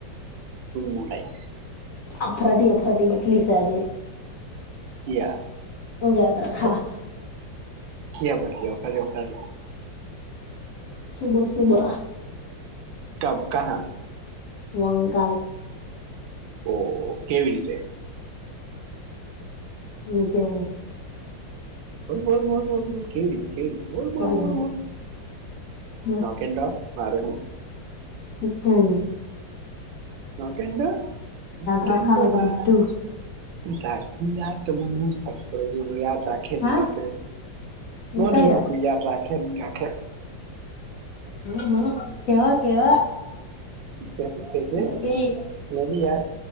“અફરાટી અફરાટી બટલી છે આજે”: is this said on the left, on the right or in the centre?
Left